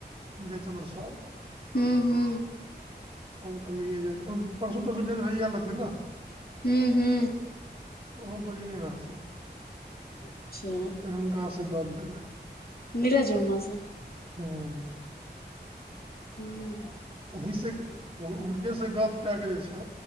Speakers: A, on the right; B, on the left.
A: <unintelligible> हमर सार।
B: हू हू।
A: हम कहलियैजे परसु तरसु ले भैया एल रहथिन ने।
B: हू हू।
A: ओहो बजै ने रहथिन,
B: अच्छा
A: बहुते हुनका से गप भेले।
B: नीरज मामासे।
A: हूं।
B: हूं।
A: उन्हि से हुनके से गप कए केऽ जे छै